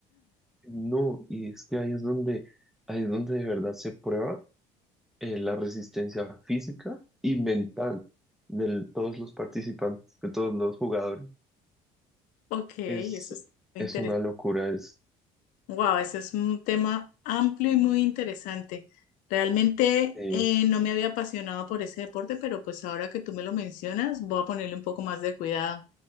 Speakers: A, in the centre; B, on the left (about 80°).
A: no, y es que ahí es donde, ahí es donde de verdad se prueba eh, la resistencia física y mental de todos los participantes, de todos los jugadores.
B: Ok, eso
A: Es,
B: es muy
A: es
B: interesante.
A: una locura, es,
B: Wow, eso es un tema amplio y muy interesante. Realmente
A: eh,
B: eh, no me había apasionado por ese deporte, pero pues ahora que tú me lo mencionas, voy a ponerle un poco más de cuidado.